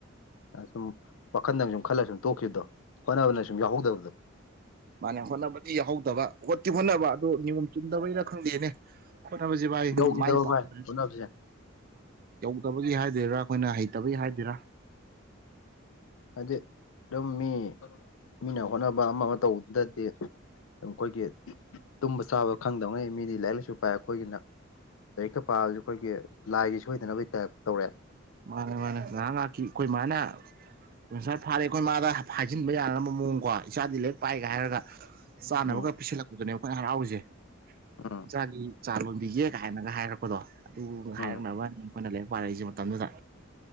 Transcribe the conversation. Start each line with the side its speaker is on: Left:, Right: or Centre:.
Left: ꯑꯥ ꯁꯨꯝ ꯋꯥꯈꯟꯗꯪ ꯁꯨꯝ ꯈꯜꯂ ꯁꯨꯝ ꯇꯣꯛꯈꯤꯕꯗꯣ ꯍꯣꯠꯅꯕꯅ ꯁꯨꯝ ꯌꯥꯎꯍꯧꯗꯕꯗ
Right: ꯃꯥꯅꯦ ꯍꯣꯠꯅꯕꯗꯤ ꯌꯥꯎꯍꯧꯗꯕ ꯍꯣꯠꯇꯤ ꯍꯣꯠꯅꯕ ꯑꯗꯨ ꯅꯤꯌꯣꯝ ꯆꯨꯝꯗꯕꯩꯩꯔ ꯈꯪꯗꯦꯅꯦ ꯍꯣꯠꯅꯕꯁꯤ ꯚꯥꯏ
Left: ꯌꯧꯈꯤꯗꯕ
Right: ꯃꯥꯏ ꯄꯥꯛꯇ꯭ꯔꯦ
Left: ꯚꯥꯏ ꯍꯣꯠꯅꯕꯁꯦ
Right: ꯌꯧꯗꯕꯒꯤ ꯍꯥꯏꯗꯣꯏꯔꯥ꯫ ꯑꯩꯈꯣꯏꯅ ꯍꯩꯇꯕꯒꯤ ꯍꯥꯏꯗꯣꯏꯔꯥ
Left: ꯍꯥꯏꯗꯤ ꯑꯗꯨꯝ ꯃꯤ ꯃꯤꯅ ꯍꯣꯠꯅꯕ ꯑꯃ ꯑꯃ ꯇꯧꯕꯗꯗꯤ ꯇꯨꯝ ꯈꯣꯏꯒꯤ ꯇꯨꯝꯕ ꯆꯥꯕ ꯈꯪꯗꯝꯉꯩ ꯃꯤꯗꯤ ꯂꯥꯏꯔꯤꯛ ꯂꯥꯏꯁꯨ ꯄꯥꯏ ꯑꯩꯈꯣꯏꯒꯤꯅ ꯂꯥꯏꯔꯤꯛꯇ ꯄꯥꯔꯖꯨ ꯈꯣꯏꯒꯤ ꯂꯥꯏꯒꯤ ꯁꯣꯏꯗꯅꯕꯒꯤ ꯇꯥꯏꯞ ꯇꯧꯔꯦ꯫
Right: ꯃꯥꯅꯦ ꯃꯥꯅꯦ ꯉꯥꯏꯍꯥꯛ ꯉꯥꯏꯍꯥꯛꯀꯤ ꯑꯩꯈꯣꯏ ꯃꯥꯅꯦ ꯎꯟꯁꯔ ꯐꯥꯔꯦ ꯈꯣꯏ ꯃꯥꯗ ꯍꯥꯏꯖꯤꯟꯕ ꯌꯥꯅꯅꯕ ꯃꯑꯣꯡ ꯀꯣ ꯏꯆꯥꯗꯤ ꯂꯥꯏꯔꯤꯛ ꯄꯥꯏꯒ ꯍꯥꯏꯔꯒ ꯆꯥꯅꯕꯒ
Left: ꯎꯝ
Right: ꯄꯤꯁꯤꯜꯂꯛꯄꯗꯨꯅꯦꯕ ꯑꯩꯈꯣꯏꯅ ꯍꯔꯥꯎꯔꯤꯁꯦ
Left: ꯎꯝ
Right: ꯏꯆꯥꯒꯤ ꯆꯥ ꯂꯣꯟꯗꯤ ꯌꯦ ꯀꯥꯏꯅꯒ ꯍꯥꯏꯔꯛꯄ ꯄꯗꯣ ꯑꯗꯨ
Left: ꯎꯝ
Right: ꯍꯥꯏꯔꯛꯅꯕ ꯑꯅ ꯑꯩꯈꯣꯏꯅ ꯂꯥꯏꯔꯤꯛ ꯄꯥꯔꯛꯏꯁꯦ ꯃꯇꯝꯗꯨꯗ